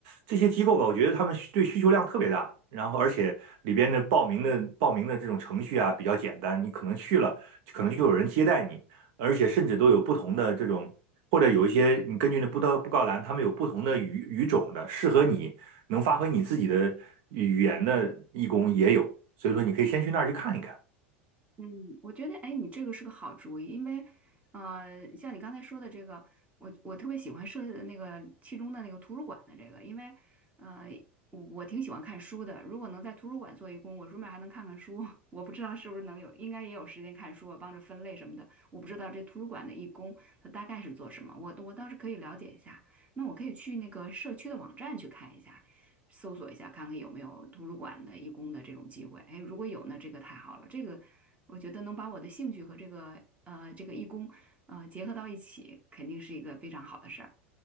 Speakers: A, on the right; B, on the right.
A: 这些机构吧，我觉得他们对需求量特别大，然后而且里边的报名的报名的这种程序啊比较简单，你可能去了，可能就有人接待你，而且甚至都有不同的这种。或者有一些，你根据那布告布告栏，他们有不同的语语种的，适合你能发挥你自己的语言的义工也有，所以说你可以先去那儿去看一看。
B: 嗯，我觉得，哎，你这个是个好主意，因为，呃，像你刚才说的这个，我我特别喜欢设那个其中的那个图书馆的这个，因为，呃，我我挺喜欢看书的，如果能在图书馆做义工，我顺便还能看看书，<laughs> 我不知道是不是能有，应该也有时间看书啊，帮着分类什么的，我不知道这图书馆的义工他大概是做什么，我我倒是可以了解一下，那我可以去那个社区的网站去看一下。搜索一下，看看有没有图书馆的义工的这种机会。哎，如果有呢，这个太好了，这个我觉得能把我的兴趣和这个呃这个义工呃结合到一起，肯定是一个非常好的事儿。